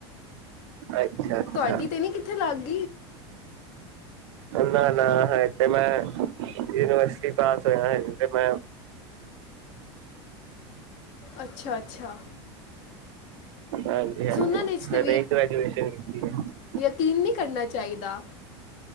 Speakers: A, on the right; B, on the left.
A: ਅੱਛਾ-ਅੱਛਾ
B: ਤੁਹਾਡੀ ਤੇ ਨੀ ਕਿੱਥੇ ਲੱਗ ਗਈ।
A: ਨਾ ਨਾ ਇਥੇ ਮੈਂ ਯੂਨੀਵਰਸਿਟੀ ਪਾਸ ਹੋਇਆ ਹਜੇ ਤੇ ਮੈਂ
B: ਅੱਛਾ ਅੱਛਾ।
A: ਹਾਂਜੀ ਹਾਂਜੀ
B: ਸੁਣਨ ਵਿੱਚ ਤੇ
A: ਮੈਂ ਗ੍ਰੈਜੂਏਸ਼ਨ ਕੀਤੀ ਹੈ।
B: ਕਲੀਨ ਨਹੀਂ ਕਰਨਾ ਚਾਹੀਦਾ।